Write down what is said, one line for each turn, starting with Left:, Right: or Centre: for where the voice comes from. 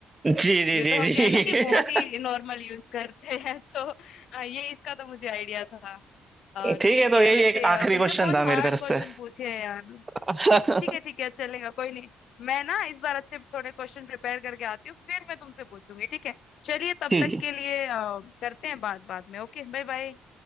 Right: जी जी
Left: ये
Right: जी
Left: तो हम क्या
Right: जी
Left: है ना कि बहुत
Right: <laughs>
Left: ही नॉर्मल यूज करते हैं तो अ, ये इसका तो मुझे आइडिया था अ,
Right: ठीक
Left: ठीक
Right: है तो
Left: है
Right: यही
Left: वैसे
Right: एक
Left: अ,
Right: आखिरी
Left: तुमने
Right: क्वेश्चन
Left: बहुत
Right: था मेरी
Left: हार्ड
Right: तरफ
Left: क्वेश्चन
Right: से
Left: पूछे हैं यार
Right: <laughs>
Left: ठीक है ठीक है चलेगा कोई नहीं मैं ना इस बार अच्छे थोड़े क्वेश्चन प्रिपेयर करके आती हूँ फिर मैं तुमसे पूछूंगी ठीक है चलिए तब
Right: ठीक
Left: तक
Right: है
Left: के लिए अ, करते हैं बात बाद में ओके बाय बाय